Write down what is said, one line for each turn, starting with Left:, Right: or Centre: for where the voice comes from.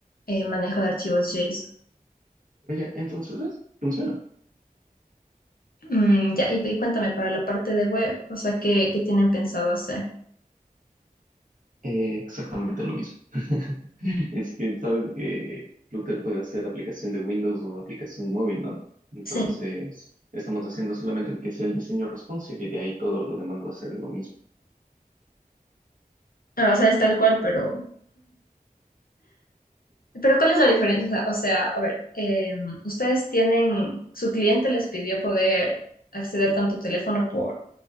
Left: eh, manejo de archivos JSON.
Right: Oye, entonces, ¿ves? Funciona.
Left: Mm, ya, y, y cuéntame, para la parte de web, o sea, ¿qué, qué tienen pensado hacer?
Right: Eh, exactamente lo mismo. <laughs> Es que sabes que Flutter puede hacer aplicación de Windows o aplicación móvil, ¿no? Entonces,
Left: Sí,
Right: estamos haciendo solamente que sea el diseño responsive y de ahí todo lo demás va a ser lo mismo.
Left: Ah, o sea, es tal cual, pero Pero ¿cuál es la diferencia? O sea, a ver, eh, ustedes tienen, su cliente les pidió poder acceder tanto teléfono por,